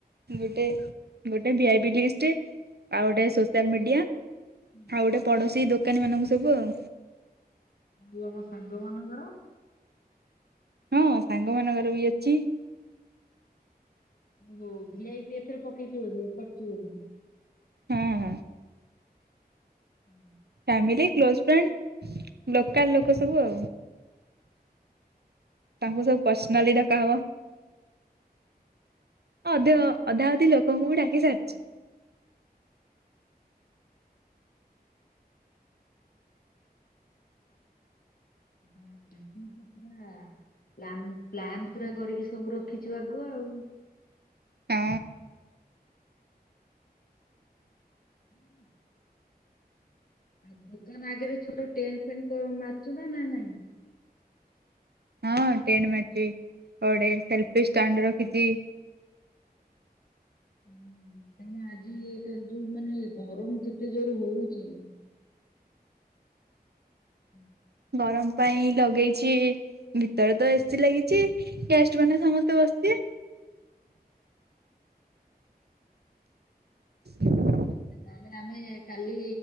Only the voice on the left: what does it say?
ହୁଁ।
ନେଲେ ମୋ ସାଙ୍ଗ ମାନଙ୍କର।
ହଁ ଭିଆଇ ପି ଏଥରେ ପକେଇଚୁ ବୋଧେ କରିଚୁ ବୋଧେ?
ହୁଁ।
ବାୁ ତୁ ତ ପୁରା ପ୍ଲାନିଂ ପ୍ଲାନ୍ ପୁରା କରିକି ସବୁ ରଖିଛୁ ଆଗୁଆ ଆଉ।
<inaudible> ଆଉ ଦୋକାନ ଆଗରେ ଛୋଟ ଟେଣ୍ଡ୍ ଫେଣ୍ଡ୍ ତୋର ମାରୁଛୁ ନା ନାଇଁ।
ହଁ କାରଣ ଆଜି ଯୋଉ ମାନେ ଗରମ ଯେତେ ଜୋର ହୋଉଛି ହୁଁ
<unintelligible> ରଜରେ ଆମେ କାଲି